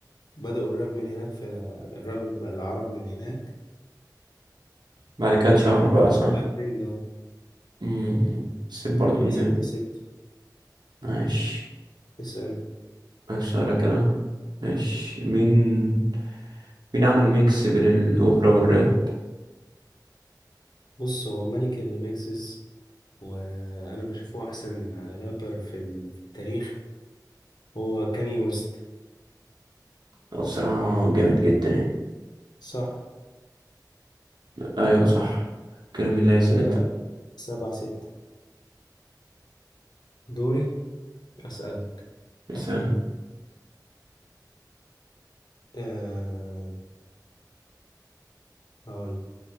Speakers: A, on the left (about 70°); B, on the right (about 75°).
A: بدأوا الراب من هناك في الراب العربي من هناك
B: بعد كده اتشهروا
A: ودلوقتي
B: بقى صح
A: بقى ترند أهو.
B: مم. بس برضو
A: كده
B: ان
A: ستة ستة
B: ماشي
A: اسأل
B: اسألك انا ماشي مين مين عمل ميكس بين الاوبرا والراب
A: بص هو ملك الريميكسز وانا بشوفه احسن رابر في ال- في التاريخ هو كاني ويست
B: هو بصراحة جامد جدا يعني
A: صح
B: ايوه صح كده مين اللي هيسأل
A: كده
B: انت
A: سبعة ستة دوري اسألك
B: مثال
A: أه هقول